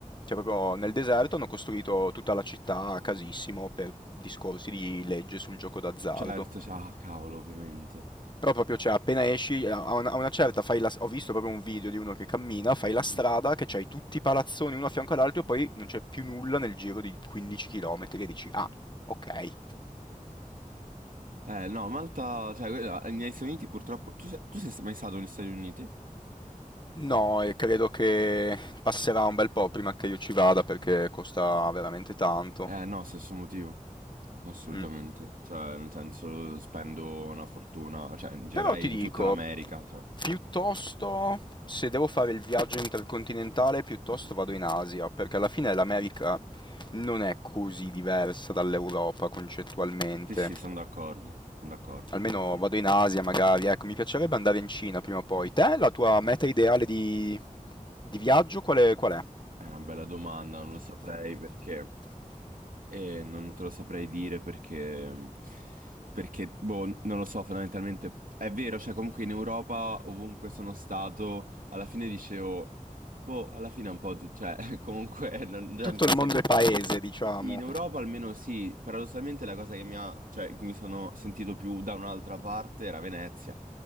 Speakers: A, on the left; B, on the right.
A: Cioè, proprio nel deserto hanno costruito tutta la città a casissimo per discorsi di legge sul gioco d'azzardo.
B: Certo, cioè- ah cavolo, ovviamente.
A: Però proprio, cioè, appena esci, a a una, a una certa fai la... Ho visto proprio un video di uno che cammina, fai la
B: Mhm.
A: strada, che c'hai tutti i palazzoni uno a fianco all'altro e poi non c'è più nulla nel giro di 15 km e dici, ah, ok.
B: Eh no, Malta, cioè, quella- negli Stati Uniti purtroppo... Tu sei, tu sei mai stato negli Stati Uniti?
A: No, e credo che passerà un bel po' prima che io ci vada perché costa veramente tanto.
B: Eh no, stesso motivo, assolutamente.
A: Mh.
B: Cioè, nel senso, spendo una fortuna, cioè, in generale
A: Però ti
B: in
A: dico,
B: tutta l'America, cioè...
A: piuttosto se devo fare il viaggio intercontinentale, piuttosto
B: Mhm.
A: vado in Asia, perché alla fine l'America non è così diversa dall'Europa concettualmente.
B: Sì, sì, sono d'accordo, sono d'accordo,
A: Almeno
B: anch'io.
A: vado in Asia magari, ecco, mi piacerebbe andare in Cina prima o poi. Te, la tua meta ideale di, di viaggio qual è, qual è?
B: È una bella domanda, non lo saprei perché... E non te lo saprei dire perché, mm, perché, boh, non lo so, fondamentalmente è vero, cioè comunque in Europa, ovunque sono stato, alla fine dicevo, boh, alla fine è un po' tu, cioè <laughs> comunque non, cioè,
A: Tutto
B: non ti
A: il
B: sembra.
A: mondo è paese, diciamo.
B: Sì, in Europa almeno sì, paradossalmente la cosa che mi ha, cioè, in cui mi sono sentito più da un'altra parte era Venezia,